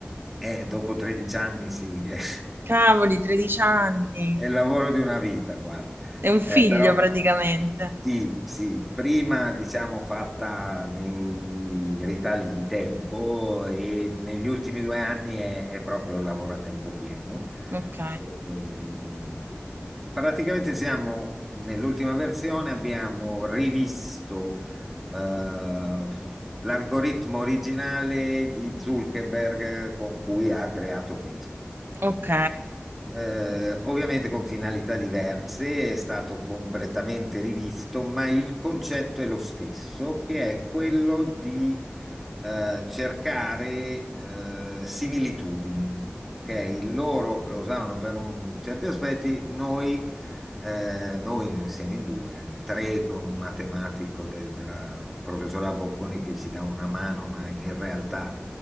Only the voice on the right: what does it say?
Cavoli, 13 anni.
È un figlio
praticamente.
Ok,
ok.